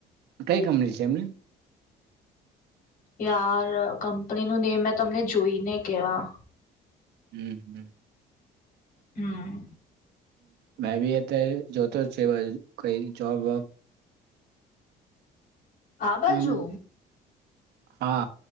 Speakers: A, on the right; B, on the left.
A: કઈ કંપની છે એમની
B: યાર કંપની નું નેમ મેં તમને જોઈને કેવા
A: હમ, હમ
B: હમ
A: મે ભી એ તો જો તો સ કઈ જોબ વબ
B: આ બાજુ
A: મળી. હા